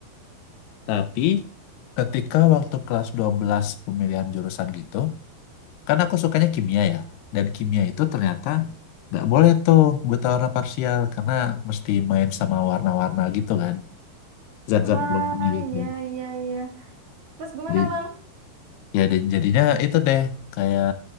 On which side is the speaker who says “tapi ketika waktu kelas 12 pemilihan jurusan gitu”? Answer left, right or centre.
Left